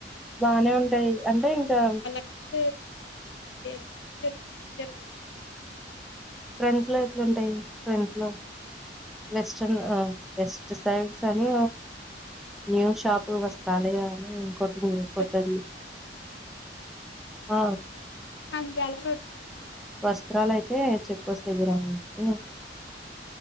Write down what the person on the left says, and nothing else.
వాళ్ళకి అసలు సేల్స్ కూడా <unintelligible>
అమ్ముడు పోతనే
ఉంటాయి
వచ్చింది కదా కర్నూలు అవి
ఎక్కడ సైడ్ నంద్యాల రోడ్ సైడ్ ఉంది అనుకుంటా
కదా